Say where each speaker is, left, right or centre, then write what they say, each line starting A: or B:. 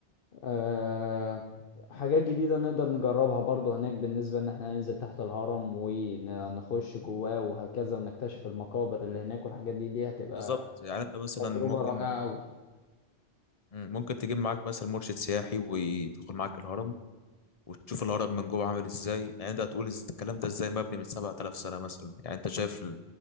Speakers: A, on the left; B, on the left.
A: آه، حاجات جديدة نقدر نجربها برضو هناك بالنسبة ان احنا ننزل تحت الهرم ونخش جواه وهكذا ونكتشف المقابر اللي هناك والحاجات دي دي هتبقى
B: بالظبط يعني أنت مثلا
A: تجربة
B: ممكن
A: رائعة قوي
B: مم، ممكن تجيب معاك مثلا مرشد سياحي ويدخل معاك الهرم وتشوف الهرم من جوه عامل إزاي يعني أنت هتقول إز- الكلام ده إزاي مبني من سبع آلاف سنة مثلا يعني أنت شايف ال-